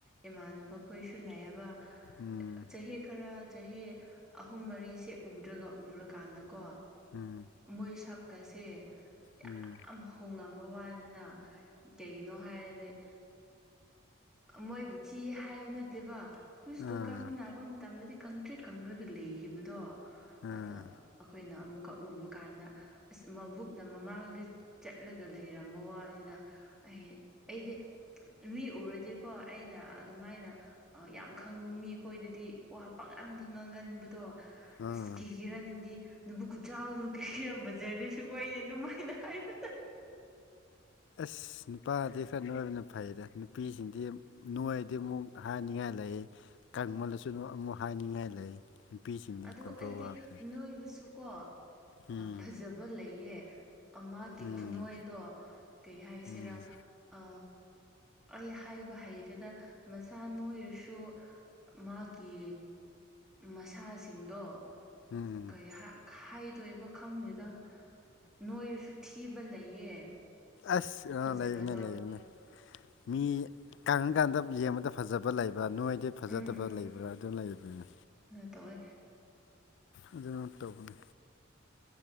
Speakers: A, in the centre; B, on the left (about 60°).
A: ꯏꯃꯥꯟꯅꯕ ꯑꯩꯈꯣꯏꯁꯨ ꯂꯩꯥꯏꯑꯕ
B: ꯎꯝ
A: ꯆꯍꯤ ꯈꯔ ꯆꯍꯤ ꯑꯍꯨꯝ ꯃꯔꯤꯁꯦ ꯎꯗ꯭ꯔꯒ ꯎꯔꯀꯥꯟꯗꯀꯣ
B: ꯎꯝ
A: ꯃꯣꯏꯁꯛꯀꯁꯦ ꯌꯥꯝ
B: ꯎꯝ
A: ꯍꯣꯡꯉꯝ ꯅꯝꯕ ꯋꯥꯟꯅ ꯀꯩꯒꯤꯅꯣ ꯍꯥꯏꯔꯗꯤ ꯃꯣꯏꯕꯨ ꯊꯤꯌꯦ ꯍꯥꯏꯌꯨ ꯅꯠꯇꯦꯕ ꯑꯩꯈꯣꯏ ꯁ꯭ꯀꯨꯜ
B: ꯑꯥ
A: ꯀꯥꯃꯤꯟꯅꯕ ꯃꯇꯝꯗꯗꯤ ꯀꯪꯀ꯭ꯔꯦꯠ ꯀꯪ꯭ꯔꯒ ꯂꯩꯈꯤꯕꯗꯣ
B: ꯑꯥ
A: ꯑꯗꯣ ꯑꯩꯈꯣꯏꯅ ꯑꯃꯨꯛꯀ ꯎꯕ ꯀꯥꯟꯗ ꯑꯁ ꯃꯕꯨꯛꯅ ꯃꯃꯥꯡꯗ ꯆꯠꯂꯒ ꯂꯩꯔꯝꯕ ꯋꯥꯅꯤꯅ ꯑꯩ ꯑꯩꯗꯦ ꯃꯤ ꯎꯔꯗꯤꯀꯣ ꯑꯩꯅ ꯑꯗꯨꯃꯥꯏꯅ ꯌꯥꯝ ꯈꯪꯕ ꯃꯤꯈꯣꯏꯗꯗꯤ ꯋꯥꯄꯉ ꯇꯥꯡꯗ ꯉꯥꯡꯒꯟꯕꯗꯣ
B: ꯑꯥ
A: ꯑꯁ ꯀꯦꯒꯤꯔꯥ ꯅꯪꯗꯤ ꯅꯕꯨꯀꯆꯗꯣ ꯀꯩ ꯌꯥꯝ ꯖꯔ ꯁꯨꯒꯅꯦ ꯑꯗꯨꯃꯥꯏꯅ ꯍꯥꯏꯕꯗ
B: ꯑꯁ ꯅꯨꯄꯥꯗꯤ ꯈꯔ ꯅꯣꯏꯕꯅ ꯐꯩꯗ ꯅꯨꯄꯤꯁꯤꯡ ꯍꯥꯏ ꯅꯣꯏꯗꯤ ꯑꯃꯨꯛ ꯍꯥꯏꯅꯤꯡꯉꯥꯏ ꯂꯩ ꯀꯕꯜꯗꯁꯨ ꯑꯃꯨꯛ ꯍꯥꯏꯅꯤꯡꯉꯥꯏ ꯂꯩ ꯅꯨꯄꯤꯁꯤꯡꯅꯤ
A: ꯑꯗꯣ
B: ꯀꯟꯇ꯭ꯔꯣꯜ
A: ꯑꯩꯗꯤ
B: ꯋꯥꯕꯁꯦ
A: ꯅꯣꯏꯕꯨꯁꯨꯀꯣ
B: ꯎꯝ
A: ꯐꯖꯕ ꯂꯩꯌꯦ ꯃꯥꯒꯤ
B: ꯎꯝ
A: ꯈꯨꯅꯏꯗꯣ ꯀꯩ ꯍꯥꯏꯁꯤꯔꯥ
B: ꯎꯝ
A: ꯑ ꯑꯩ ꯍꯥꯏꯕ ꯍꯩꯗꯨꯅ ꯃꯁꯥ ꯅꯣꯏꯔꯁꯨ ꯃꯥꯒꯤ ꯃꯁꯥꯁꯤꯡꯗꯣ
B: ꯎꯝ
A: ꯀꯩ ꯍꯥꯏꯗꯣꯏꯕ ꯈꯪꯗꯦꯗ ꯅꯣꯏꯔꯁꯨ ꯊꯤ ꯀꯤꯕ ꯂꯩꯌꯦ
B: ꯑꯁ
A: ꯐꯖꯗꯕ
B: ꯑ ꯂꯩꯕꯨꯅꯦ ꯂꯩꯔꯨꯅꯦ ꯃꯤ ꯀꯪꯉꯀꯥꯟꯗ ꯌꯦꯡꯕꯗ ꯐꯖꯕ ꯂꯩꯕ ꯑ ꯅꯣꯏꯗꯤ ꯐꯖꯗꯕ
A: ꯎꯝ
B: ꯂꯩꯕ꯭ꯔꯥ ꯑꯗꯨꯝ ꯂꯩꯗꯨꯅꯤ
A: ꯇꯋ
B: ꯑꯗꯨ ꯃꯍꯄꯅꯦ